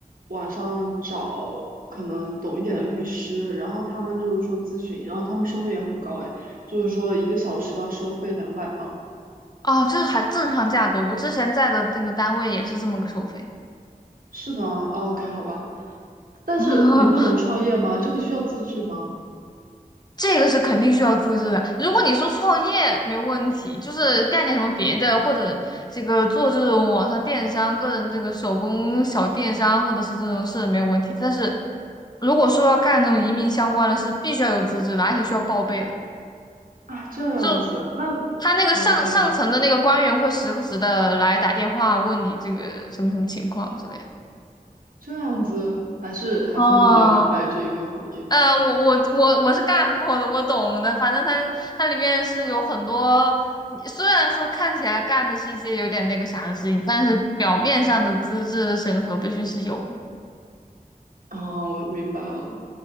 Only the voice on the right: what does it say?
网上找可能懂一点的律师，然后他们就是说咨询，然后他们收费也很高诶，就是说一个小时要收费两百镑，
是吧？o k 好吧。但是你不能创业吗？
这个需要资质吗？
啊，这样子啊那
OK，这样子还是还是你比较明白这一个行业。
哦，我明白了。